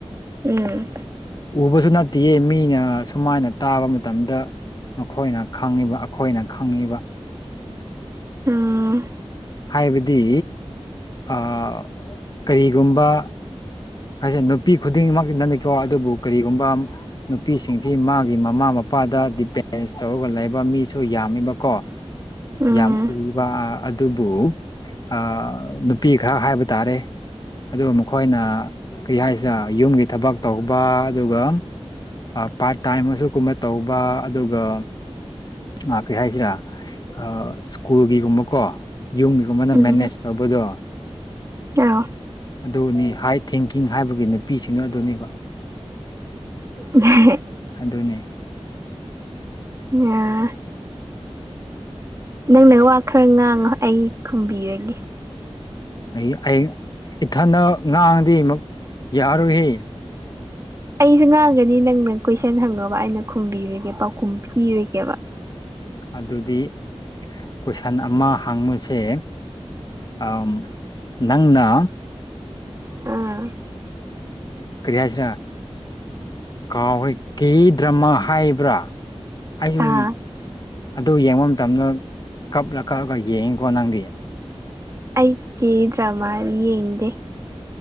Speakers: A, on the right (about 30°); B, on the left (about 40°).
A: ꯎꯝ
B: ꯎꯕꯁꯨ ꯅꯠꯇꯦꯌꯦ ꯃꯤꯅ ꯁꯨꯃꯥꯏꯅ ꯇꯥꯕ ꯃꯇꯝꯗ ꯃꯈꯣꯏꯅ ꯈꯪꯉꯤꯕ ꯑꯈꯣꯏꯅ ꯈꯪꯉꯤꯕ
A: ꯎꯝ
B: ꯍꯥꯏꯕꯗꯤ ꯑ ꯀꯔꯤꯒꯨꯝꯕ ꯍꯥꯏꯁꯦ ꯅꯨꯄꯤ ꯈꯨꯗꯤꯡꯃꯛꯅꯤꯀꯣ ꯑꯗꯨꯕꯨ ꯀꯔꯤꯒꯨꯝꯕ ꯅꯨꯄꯤꯁꯤꯡꯁꯤ ꯃꯥꯒꯤ ꯃꯃꯥ ꯃꯄꯥꯗ ꯗꯤꯄꯦꯟꯁ ꯇꯧꯔꯒ ꯂꯩꯕ ꯃꯤꯁꯨ ꯌꯥꯝꯃꯤꯕꯀꯣ
A: ꯎꯝ
B: ꯌꯥꯝ ꯎꯏꯕ ꯑꯗꯨꯕꯨ ꯑ ꯅꯨꯄꯤ ꯈꯔ ꯍꯥꯏꯕ ꯇꯥꯔꯦ ꯑꯗꯨꯕꯨ ꯃꯈꯣꯏꯅ ꯀꯩ ꯍꯥꯏꯁꯤꯔ ꯌꯨꯝꯒꯤ ꯊꯕꯛ ꯇꯧꯕ ꯑꯗꯨꯒ ꯑ ꯄꯥꯔꯠ ꯇꯥꯏꯝꯃꯁꯨ ꯀꯨꯝꯕ ꯇꯧꯕ ꯑꯗꯨꯒ ꯑ ꯀꯔꯤ ꯍꯥꯏꯁꯤꯔ ꯑ ꯁ꯭ꯀꯨꯜꯒꯤꯒꯨꯝꯕꯀꯣ ꯌꯨꯝꯒꯤꯒꯨꯝꯕꯅ
A: ꯎꯝ
B: ꯃꯦꯅꯦꯖ ꯇꯧꯕꯗꯣ
A: ꯑꯥꯎ
B: ꯑꯗꯨꯅꯤ ꯍꯥꯏ ꯊꯤꯡꯀꯤꯡ ꯍꯥꯏꯕꯒꯤ ꯅꯨꯄꯤꯁꯤꯡꯅ ꯑꯗꯨꯅꯦꯕ
A: <unintelligible>
B: ꯑꯗꯨꯅꯤ
A: ꯎꯝꯌꯥ ꯅꯪꯅ ꯋꯥ ꯈꯔ ꯉꯥꯡꯉꯣ ꯑꯩ ꯈꯨꯝꯕꯤꯔꯒꯦ
B: ꯑꯩ ꯑꯩ ꯏꯊꯟꯅ ꯉꯥꯡꯉꯗꯤ ꯑꯃꯨ ꯌꯥꯔꯣꯏꯍꯦ
A: ꯑꯩꯁꯨ ꯉꯥꯡꯒꯅꯤ ꯅꯪꯅ ꯀꯣꯏꯁꯟ ꯍꯪꯉꯣꯕ ꯑꯩꯅ ꯈꯨꯝꯕꯤꯔꯒꯦ ꯄꯥꯎꯈꯨꯝ ꯄꯤꯔꯒꯦꯕ
B: ꯑꯗꯨꯗꯤ ꯀꯣꯏꯁꯟ ꯑꯃ ꯍꯪꯕꯁꯦ ꯑ ꯅꯪꯅ
A: ꯑꯥ
B: ꯀꯔꯤ ꯍꯥꯏꯁꯤꯔ ꯀꯥꯎꯈ꯭ꯔꯦ ꯀꯦ ꯗ꯭ꯔꯃꯥ ꯍꯥꯏꯕ꯭ꯔꯥ ꯑꯩꯁꯨ
A: ꯑꯥ
B: ꯑꯗꯨ ꯌꯦꯡꯕ ꯃꯇꯝꯗ ꯀꯞꯂ ꯀꯞꯂꯒ ꯌꯦꯡꯉꯤꯀꯣ ꯅꯪꯗꯤ
A: ꯑꯩ ꯀꯦ ꯗ꯭ꯔꯃꯥ ꯌꯦꯡꯗꯦ